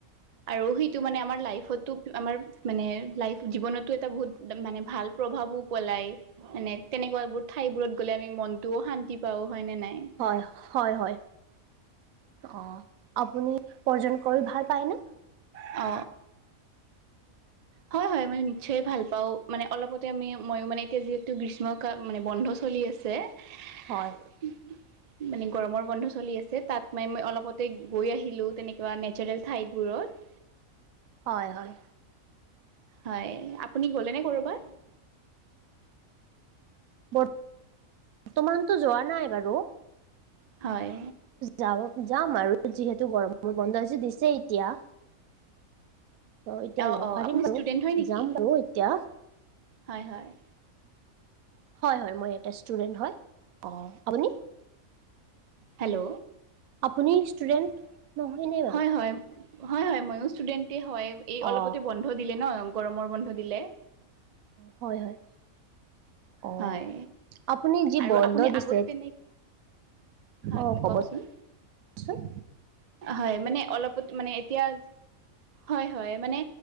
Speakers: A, on the right; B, on the right.
A: আৰু সেইটো মানে আমাৰ লাইফতো আমাৰ মানে লাইফ জীৱনতো এটা বহুত মানে ভাল প্ৰভাৱো পেলায়। মানে তেনেকুৱাবোৰ ঠাইবোৰত গ'লে আমি মনটোও শান্তি পাও হয় নে নাই?
B: হয় হয় হয়, অ', আপুনি পৰযন কৰি ভাল পায় নে?
A: অ হয় হয়, মানে নিশ্চয় ভাল পাওঁ মানে অলপতে আমি মই মানে এতিয়া যিহেতু গ্ৰীষ্ম কাল মানে বন্ধ চলি আছে। <unintelligible>
B: হয়।
A: <inaudible> মানে গৰমৰ বন্ধ চলি আছে তাত মাই-মই অলপতে গৈ আহিলোঁ তেনেকুৱা নেচাৰেল ঠাইডবোৰত।
B: হয় হয়।
A: হয়, আপুনি গ'লেনে ক'ৰবাত?
B: বৰ্ত তমানতো যোৱা নাই বাৰু।
A: হয়।
B: যাব-যাম আৰু যিহেতু গৰম বন্ধযে দিছে এতিয়া ত' এতিয়া
A: অ
B: যাব
A: অ
B: পাৰিম
A: আপুনি
B: বাৰু
A: ষ্টুডেণ্ট হয় নেকি
B: যাম বাৰু এতিয়া
A: হয় হয়।
B: হয় হয়, মই এটা ষ্টুডেণ্ট, অ', হয় আপুনি?
A: হেল্ল'।
B: আপুনি ষ্টুডেণ্ট নহয়নে বাৰু?
A: হয় হয়, হয় হয়, ময়ো ষ্টুডেণ্টে হয়। এই অলপটে
B: অ
A: বন্ বন্ধ দিলে ন গৰমৰ বন্ধ দিলে।
B: হয় হয়। অ',
A: হয়
B: আপুনি যি
A: আৰু
B: বন্ধ
A: আপুনি
B: দিছে
A: আগত তেনে হয়
B: অ', ক'ব
A: কওকচোন
B: চোন
A: হয় মানে অলপত মানে এতিয়া, হয় হয়, মানে